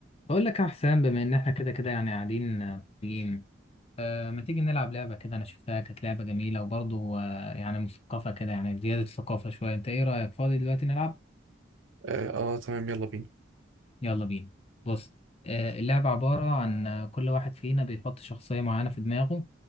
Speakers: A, on the left; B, on the right.
A: بقول لك يا حسام بما ان احنا كده كده يعني قاعدين آه، مبسوطين آه، ما تيجي نلعب لعبة كده انا شفتها كانت لعبة جميلة وبرضه آه، يعني مثقفة كده يعني زيادة ثقافة شوية انت ايه رأيك فاضي دلوقتي نلعب
B: اه آه، تمام يلا بينا
A: يلا بينا بص آه، اللعبة عبارة عن آه، كل واحد فينا بيحط شخصية معينة في دماغه